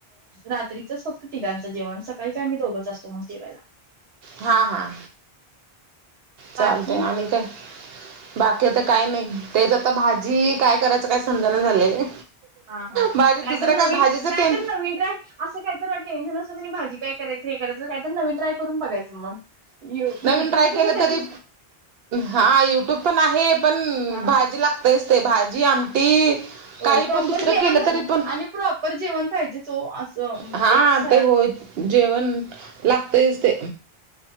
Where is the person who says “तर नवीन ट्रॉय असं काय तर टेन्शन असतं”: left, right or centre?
Right